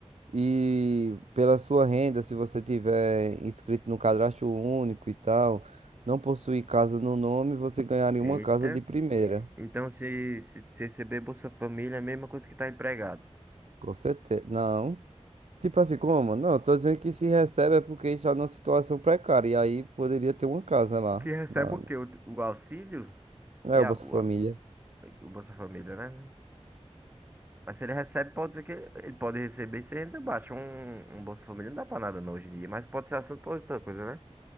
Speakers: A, on the right; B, on the right.
A: E pela sua renda, se você tiver inscrito no cadastro único e tal, não possuir casa no nome, você ganharia
B: Eita.
A: uma casa de primeira.
B: Então, se, se, se receber Bolsa Família, é a mesma coisa que tá empregado.
A: Com certeza. Não. Tipo assim, como? Não, eu tô dizendo que se recebe é porque está numa situação precária. E aí poderia ter uma casa lá.
B: Que recebe
A: Na...
B: o quê? O, o auxílio?
A: É
B: Que é
A: o
B: a-
A: Bolsa
B: o,
A: Família.
B: a- o Bolsa Família, né? Mas se ele recebe, pode ser que ele, ele pode receber sem renda baixa. Um, um Bolsa Família não dá pra nada não, hoje em dia, mas pode ser assunto pra outra coisa, né?